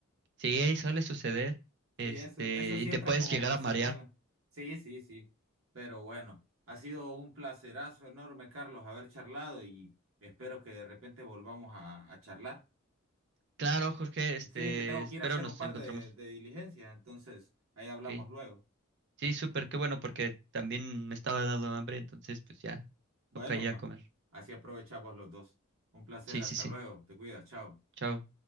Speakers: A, on the right; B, on the right.
A: Sí, suele suceder.
B: Sí,
A: Este,
B: eso, eso siempre
A: y te puedes
B: es como
A: llegar
B: mi
A: a
B: señal.
A: marear.
B: Sí, sí, sí. Pero bueno, ha sido un placerazo enorme, Carlos, haber charlado y espero que de repente volvamos a, a charlar.
A: Claro, Jorge, este,
B: Sí, es que tengo
A: espero
B: que ir a hacer
A: nos
B: un par
A: encontremos.
B: de, de diligencias, entonces ahí hablamos
A: Ok.
B: luego.
A: Sí, súper, qué bueno, porque también me estaba dando hambre, entonces pues ya,
B: Bueno,
A: toca ir
B: ma,
A: a comer.
B: así aprovechamos los dos. Un placer,
A: Sí,
B: hasta
A: sí, sí.
B: luego, te cuidas, chao.
A: Chao.